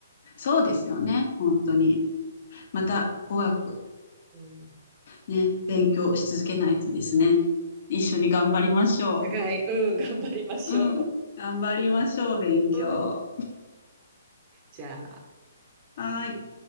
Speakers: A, on the left; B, on the right.
A: そうですよね。本当に。また語学
B: うん、
A: ね、勉強し続けないとですね。一緒に頑張りましょ
B: はい、うん、頑張りましょ
A: う。うん。頑張りましょう、勉強。
B: う。うん
A: は
B: じゃあ。
A: ーい。